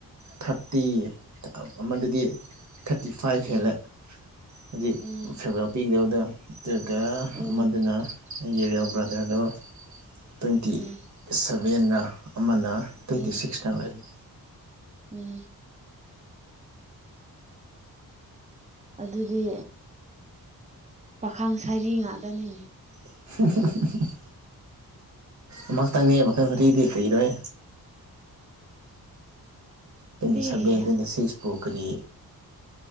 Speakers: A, on the right; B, on the right.
A: ꯊꯥꯔꯇꯤ ꯑꯃꯗꯗꯤ ꯊꯥꯔꯇꯤ ꯐꯥꯏꯚ
B: ꯎꯝ
A: ꯍꯦꯜꯂꯦ ꯍꯧꯖꯤꯛ
B: ꯎꯝ
A: ꯐꯦꯔꯋ‌ꯦꯜ ꯄꯤꯗꯧꯗꫭ ꯑꯗꯨꯒ
B: ꯎꯝ
A: ꯑꯃꯗꯨꯅ ꯑꯩꯒꯤ ꯔ‌ꯦꯜ ꯕ꯭ꯔꯥꯗꯔꯗꯣ ꯇ꯭ꯋꯦꯟꯇꯤ
B: ꯎꯝ
A: ꯁꯚꯦꯟꯅ ꯑꯃꯅ ꯇ꯭ꯋꯦꯟꯇꯤ
B: ꯎꯝ
A: ꯁꯤꯛꯁꯂ ꯑꫭꯏꯕꯅꯤ
B: ꯎꯝ ꯑꯗꯨꯗꯤ ꯄꯥꯈꯥꯡ ꯁꯔꯤ ꯉꯥꯇꯅꯤꯅ‌ꯦ
A: <unintelligible> ꯑꯃꯈꯇꯪꯅꯦ ꯃꯈꯜ ꯃꯔꯤꯗꯤ ꯀꯔꯤꯔꯣꯍꯦ ꯇꯣꯏꯟꯇꯤ
B: ꯑꯦ
A: ꯁꯕꯦꯟ ꯇꯣꯏꯟꯇꯤ ꯁꯤꯛꯁꯄꯨ ꯀꯔꯤ